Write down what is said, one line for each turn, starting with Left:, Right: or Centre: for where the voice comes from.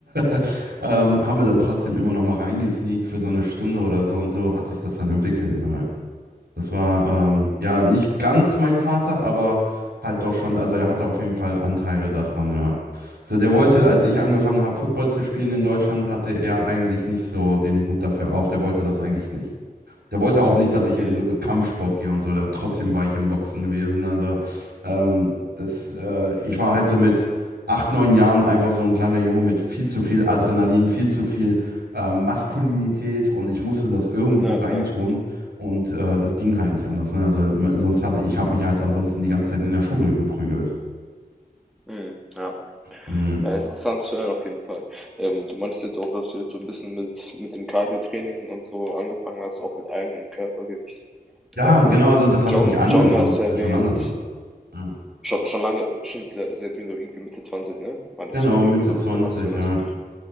Right: <laughs> ähm, haben wir dann trotzdem immer noch mal reingesneakt für so eine Stunde oder so und so hat sich das dann entwickelt. Das war ähm, ja nicht ganz mein Vater, aber halt doch schon. Also er hatte auf jeden Fall Anteile daran. Ja. So, der wollte, als ich angefangen habe, Football zu spielen in Deutschland, hatte er eigentlich nicht so den Hut dafür auf. Der wollte das eigentlich nicht. Der wollte auch nicht, dass ich
Centre: Hm.
Right: in so Kampfsport gehe und so. Dann trotzdem war ich im Boxen gewesen. Also ähm, das, äh, ich war halt so mit acht, neun Jahren einfach so ein kleiner Junge mit viel zu viel Adrenalin, viel zu viel äh, Maskulinität und ich musste das irgendwo
Centre: Ja,
Right: reintun.
Centre: ja.
Right: Und äh, das ging halt nicht anders. Ne? Also m- sonst habe ich habe mich halt ansonsten die ganze Zeit in der Schule geprügelt.
Centre: Hm. Ja.
Right: Mhm.
Centre: Ja, interessant zu hören auf jeden Fall. Ähm, du meintest jetzt auch, dass du jetzt so ein bisschen mit, mit dem Cardio-Training und so angefangen hast, auch mit eigenem Körpergewicht.
Right: Ja,
Centre: Ähm,
Right: genau. Also das
Centre: Jong,
Right: habe ich nicht angefangen.
Centre: Jong hast
Right: Das ist
Centre: du erwähnt,
Right: ja schon lange so. Ja.
Centre: schon, schon lange, schon seit seit du irgendwie Mitte Zwanzig ne? Meintest
Right: Genau,
Centre: du irgendwie
Right: Mitte
Centre: sowas,
Right: 20.
Centre: dann hast du das.
Right: ja.